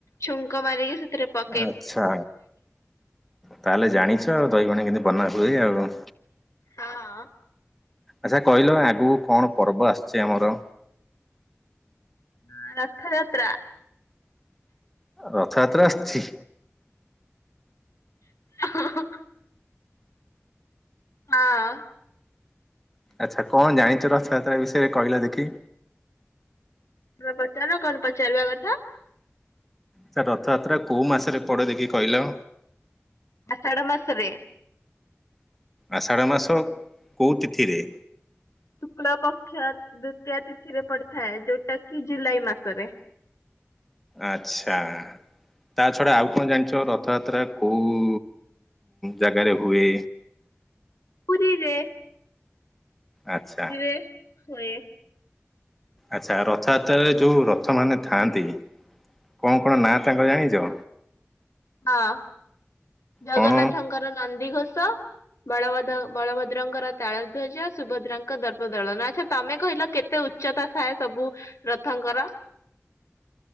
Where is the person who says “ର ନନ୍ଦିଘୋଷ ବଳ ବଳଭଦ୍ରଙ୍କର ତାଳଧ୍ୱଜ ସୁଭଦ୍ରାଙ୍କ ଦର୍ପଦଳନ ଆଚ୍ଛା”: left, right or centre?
Left